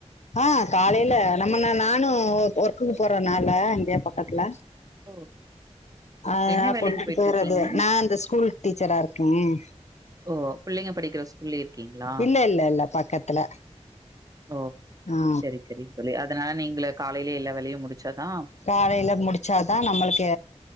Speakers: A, on the left; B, on the right.
A: ஆ காலையில நம்ம நானு ஒ ஒர்க்குக்கு போறனால இங்க பக்கத்துல
B: ஓ
A: அ
B: என்ன வேலைக்கு
A: கொண்டுட்டு
B: போயிட்டுருக்கீங்க?
A: போறது நா அந்த ஸ்கூல் டீச்சரா இருக்கேன்
B: ஓ பிள்ளைங்க படிக்கிற ஸ்கூல்லே இருக்கீங்களா
A: இல்ல இல்ல இல்ல பக்கத்துல
B: ஓ
A: ஆ
B: செரி செரி தோழி அதனால நீங்ளே காலையிலயே எல்லா வேலையு முடிச்சாதா
A: காலையில முடிச்சாதா நம்மளுக்கு